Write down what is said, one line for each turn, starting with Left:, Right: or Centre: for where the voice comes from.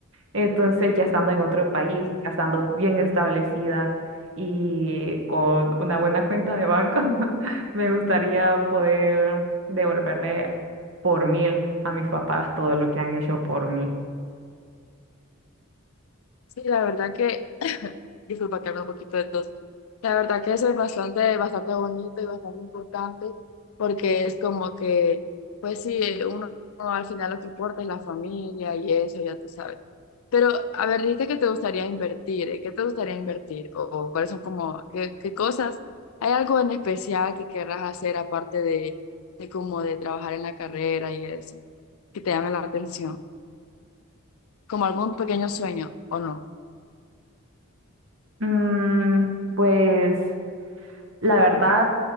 Right: Entonces, ya estando en otro país, ya estando bien establecida y con una buena cuenta de banco, <laughs> me gustaría poder devolverle por mil a mis papás todo lo que han hecho por mí.
Left: Sí, la verdad que disculpa que hable un poquito de todo, La verdad que eso es bastante, bastante bonito y bastante importante porque es como que, pues sí, uno, uno al final lo que importa es la familia y eso, ya tú sabes. Pero, a ver, dijiste que te gustaría invertir, ¿eh? ¿Qué te gustaría invertir? ¿O, o cuáles son como, qué, qué cosas? ¿Hay algo en especial que querrás hacer aparte de, de como de trabajar en la carrera y eso? Que te llame la atención. ¿Como algún pequeño sueño o no?
Right: Mm, pues La verdad,